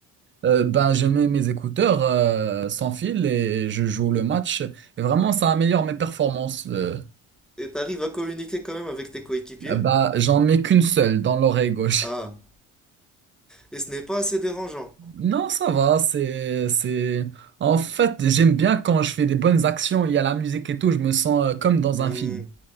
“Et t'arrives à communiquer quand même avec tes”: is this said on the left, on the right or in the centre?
Centre